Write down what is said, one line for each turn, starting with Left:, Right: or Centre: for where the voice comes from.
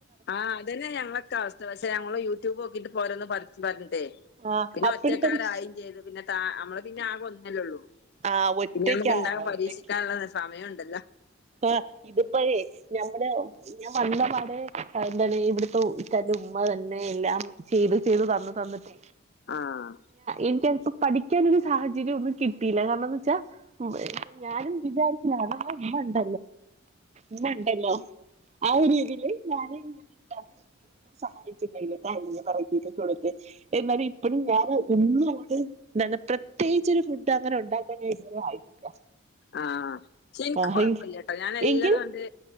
Left: ആഹ് അതന്നെ ഞങ്ങളൊക്കെ അവസ്ഥ പക്ഷെ ഞങ്ങള് യൂട്യൂബ് പോരന്ന് പു പറഞ്ഞിട്ടേ
Right: ആ
Left: പിന്നെ
Right: അപ്പഴത്തന്നെ
Left: ഒറ്റ ക്കാരായും ചെയ്തു പിന്നെ ത നമ്മള് പിന്നെ ആ അല്ലള്ളൂ
Right: ആ ഒറ്റക്കാ
Left: പിന്നെ നമുക്ക് ഇണ്ടാക
Right: അതാ
Left: പരീക്ഷിക്കാനുള്ള
Right: ഒറ്റക്ക്
Left: സമയം ഉണ്ടല്ലോ
Right: ആ ഇതിപ്പഴേ ഞമ്മുടെ ഞാൻ വന്നപാടെ എന്താണ് ഇവിടുത്തെ ഇക്കാന്റെ ഉമ്മ തന്നെ എല്ലാം ചെയ്തു ചെയ്തു തന്ന എനിക്ക് തന്നിട്ടേ
Left: ആഹ്
Right: എനിക്ക പഠിക്കാനൊ ഒരു സാഹചര്യം ഒന്നും കിട്ടിയില്ല കാരണംന്ന് വെച്ചാൽ ഞാനും വിചാരിക്കലാണ് ഇണ്ട ഇമ്മ ഇണ്ടല്ലോ ആ ഒരു രീതിയില് ഞാന്ങ്ങന സഹായിച്ചണ്ടെ തായെ പറകിക്കെ കൊടുത്ത് എന്നാലും ഇപ്പഴും ഞാൻ എന്നുകൂടെ എന്തണ് പ്രത്യേകിച്ചരു ഫുഡ് അങ്ങനെ ഉണ്ടാക്കാന ഇതുവരെ ആയിട്ടില്ല
Left: ആഹ എനിക്ക്
Right: ആ
Left: കൊഴപ്പില്ല കേട്ടോ ഞാൻ എല്ലാതും
Right: എങ്കിൽ
Left: ആണ്ട്